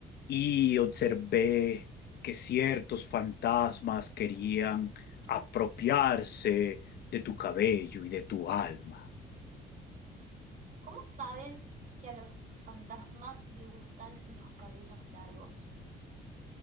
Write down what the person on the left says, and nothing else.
y observé que ciertos fantasmas querían apropiarse de tu cabello y de tu alma.